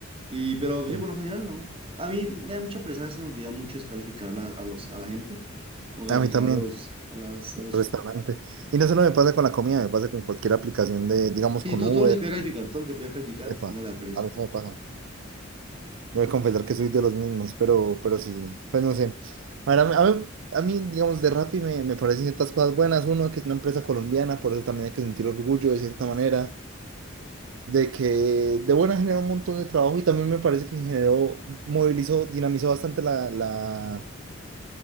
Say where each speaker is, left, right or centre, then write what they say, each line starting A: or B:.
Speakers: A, on the right; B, on the right.
A: Y, pero
B: Sí.
A: sí, por lo general no. A mí me da mucha pereza, a veces me olvida mucho descalificar la- a los, a la gente, o calificar
B: A mí también,
A: a los, a las, a los,
B: restaurante. Y no solo me pasa con la comida, me pasa con cualquier aplicación de, digamos,
A: sí,
B: con
A: todo,
B: Uber,
A: todo lo que pida
B: con
A: calificar, todo lo que pida calificar,
B: Epa.
A: a uno le da pereza.
B: A mí también me pasa. Voy a confesar que soy de los mismos, pero, pero sí, pues no sé. A ver, a mí, a mí- a mí, digamos, de Rappi me, me parecen ciertas cosas buenas. Uno, que es una empresa colombiana, por eso también hay que sentir orgullo de cierta manera. de que de buena generó un montón de trabajo y también me parece que generó, movilizó, dinamizó bastante la, la,